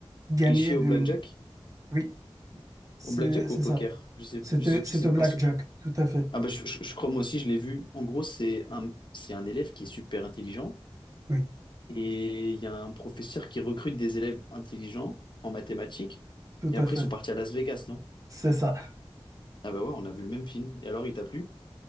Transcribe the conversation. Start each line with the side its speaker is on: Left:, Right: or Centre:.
Right: gagner
Left: Cliché au
Right: d'une...
Left: blackjack?
Right: Oui, c'est
Left: Au blackjack
Right: c'est
Left: ou au poker?
Right: ça.
Left: Je sais,
Right: C'était
Left: je sais plus,
Right: c'était
Left: c'est
Right: Blackjack,
Left: pas ce...
Right: tout à fait.
Left: Ah bah, je, je- je crois moi aussi, je l'ai vu. En gros, c'est un, c'est un élève qui est super intelligent.
Right: Oui,
Left: Et il y a un professeur qui recrute des élèves intelligents en mathématiques.
Right: tout
Left: Et après,
Right: à fait.
Left: ils sont partis à Las Vegas, non?
Right: C'est ça.
Left: Ah bah ouais, on a vu le même film. Et alors, il t'a plu?